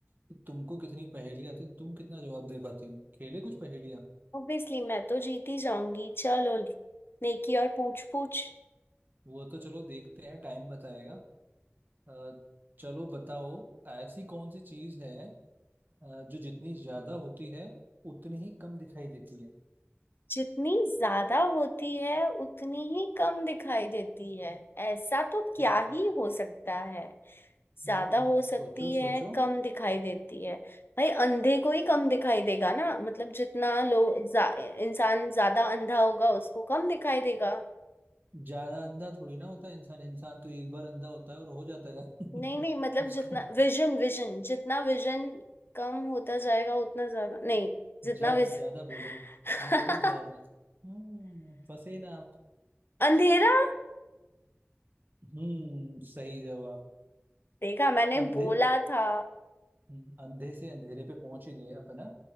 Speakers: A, on the right; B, on the left.
A: कि तुमको कितनी पहेली आती हैं, तुम कितना जवाब दे पाती हो खेले कुछ पहेलियाँ
B: ऑब्वियसली मैं तो जीत ही जाऊंगी चलो नेकी और पूछ पूछ
A: वो तो चलो देखते हैं टाइम बताएगा अ, चलो बताओ ऐसी कौन सी चीज है अ, जो जितनी ज्यादा होती है उतनी ही कम दिखाई देती है
B: जितनी ज्यादा होती है उतनी ही कम दिखाई देती है ऐसा तो क्या
A: हम्म।
B: ही हो सकता है ज्यादा
A: हम्म
B: हो सकती
A: सोचो
B: है
A: सोचो
B: कम दिखाई देती है भाई अंधे को ही कम दिखाई देगा ना मतलब जितना लो जा, इंसान ज्यादा अंधा होगा उसको कम दिखाई देगा
A: ज्यादा अंधा थोड़ी ना होता है इंसान इंसान तो एक बार अंधा होता है और हो जाता है
B: नहीं
A: <laughs>
B: नहीं मतलब
A: उसका
B: जितना विजन विजन जितना विजन कम होता जाएगा उतना ज्यादा नहीं जितना
A: ज्यादा
B: विज
A: ज्यादा बोल रहा हूँ
B: <laughs>
A: मैं बोलो ज्यादा हम्म फंसे ना आप
B: अंधेरा
A: हम्म सही जवाब
B: देखा मैंने
A: अंधे
B: बोला था
A: हम्म, अंधे से अंधेरे पे पहुंच ही गए आप है ना